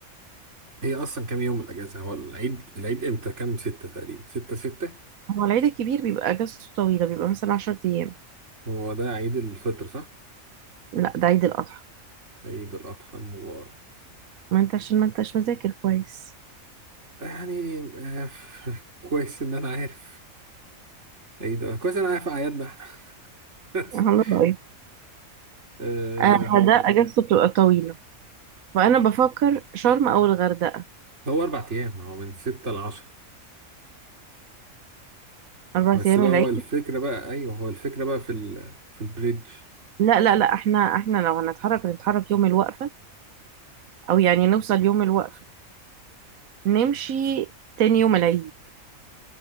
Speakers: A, on the right; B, on the right.
A: هي اصلا كام يوم الاجازة هو العيد العيد امتى كام ستة تقريبا ستة ستة
B: هو العيد الكبير بيبقى أجازته طويلة بيبقى مثلا عشر أيام
A: هو ده عيد الفطر صح
B: لا ده عيد الأضحى
A: عيد الاضحى المبارك
B: ما أنت عشان ما أنتش مذاكر كويس
A: يعني آه، <laughs> كويس ان انا عارف ايه ده كويس ان انا عارف اعيادنا احنا <laughs>
B: الله رأيك
A: آه،
B: آه، فده أجازته بتبقى طويلة فأنا بفكر شرم أو الغردقة
A: هو اربع ايام هو من ستة لعشرة
B: أربع
A: بس
B: أيام
A: بقى
B: العيد
A: هو الفكرة بقى ايوه هو الفكرة بقى في ال... في البريدج
B: لا لا لا احنا احنا لو هنتحرك نتحرك يوم الوقفة او يعني نوصل يوم الوقفة نمشي تاني يوم العيد